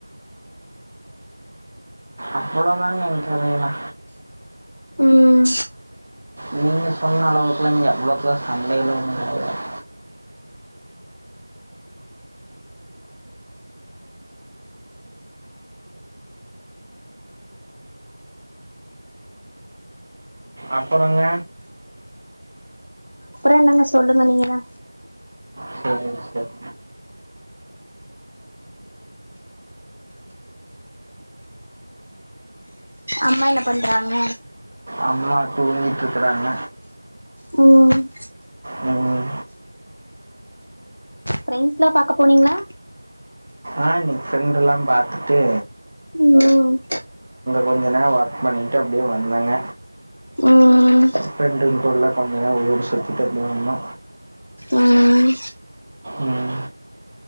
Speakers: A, on the right; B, on the left.
A: அவ்வளோதாங்க எ கதையிலா
B: ம்
A: நீங்க சொன்ன அளவுக்குலா இங்க அவ்ளோக்குலா சண்டையில ஒன்னு கெடையாது அப்புறங்க
B: ந என்னங்க சொல்லுங்க நீங்கதா
A: செரி செரி
B: அம்மா என்ன பண்றாங்க
A: அம்மா தூங்கிட்ருக்குறாங்க
B: ம்
A: ம்
B: ஃப்ரெண்ட்ஸ்லா பாக்க போனீங்ளா
A: அ இன்னிக் ஃப்ரெண்டெல்லா பாத்துட்டு
B: ம்
A: கொஞ்ச நேர ஒர்க் பண்ணிட்டு அப்டியே வந்தங்க
B: ம்
A: ஃப்ரெண்டுங்கூட்லா கொஞ்ச நேரோ ஊரு சுத்திட்டு <unintelligible> வந்தா
B: ம்
A: ம்